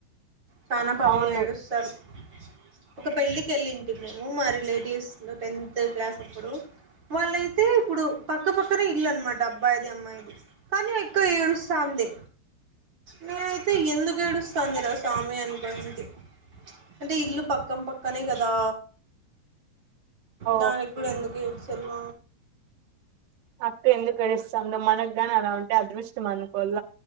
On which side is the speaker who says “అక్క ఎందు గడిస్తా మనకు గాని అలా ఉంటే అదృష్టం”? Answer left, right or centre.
Right